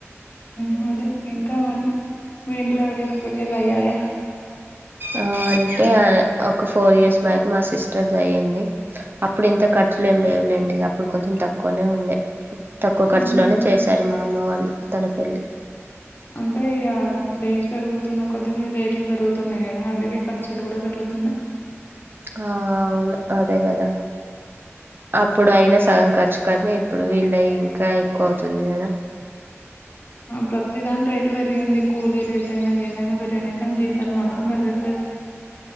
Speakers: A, on the left (about 45°); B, on the right (about 45°).
A: హ అదే ఇంకా మరి మీీట్లో ఎవడినా పెళ్ళిలయి ఆయా
B: ఆ అంటే ఒక ఫోర్ ఇయర్స్ బ్యాక్ మా సిస్టర్ది అయ్యంది అప్పుడు ఇంత ఖర్చులు ఏం లేవు లే డి అప్పుడు కొంచెం తక్కువనే ఉండే తక్కువ ఖర్చులోనే
A: ఉమ్
B: చేశారు మా అమ్మ వాళ్ళు తన పెళ్లి
A: అంటే ఇ డేస్ పెరుగుతున్న కొద్దిగా రేట్లు పెరుగుతున్నాయి కదా అందుకే ఖర్చులు కూడా పెరుగుతున్నాయి
B: ఆ అవును అదే కదా అప్పుడు అయినా సగం ఖర్చు కానీ ఇప్పుడు వీళ్ళ ఇంకా ఎక్కువ అవుతుంది చడియార
A: ప్రతిదాని రేటు పెరిగింది కూలీ రేట్ అైనా ఏవైనా పెరిగినా కానీ జీతాలు మాత్రం పెరగట్లేదు